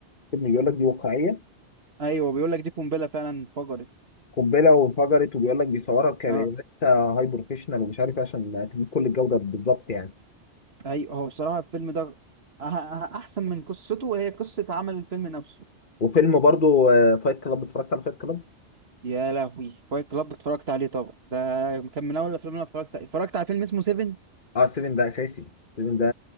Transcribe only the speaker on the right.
ايوه بيقول لك دي قنبله فعلا انفجرت
اه
ايوه هو بصراحه الفيلم ده أه- أه- احسن من قصته وهي قصه عمل الفيلم نفسه
يا لهوي فايت كلاب اتفرجت عليه طبعا ده كان من اول الافلام اللي أنا اتفرجت اتفرجت على فيلم اسمه سيفن